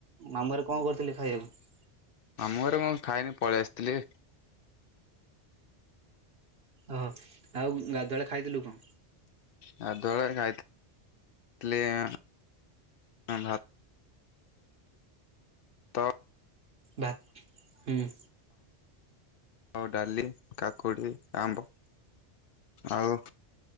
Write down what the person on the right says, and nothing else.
ମାମୁଁ ଘରେ କଣ କରିଥିଲେ ଖାଇବାକୁ?
ଓହୋ ଆଉ ଗାଧୁଆଳେ ଖାଇଥିଲୁ କଣ?
ଭା ହୁଁ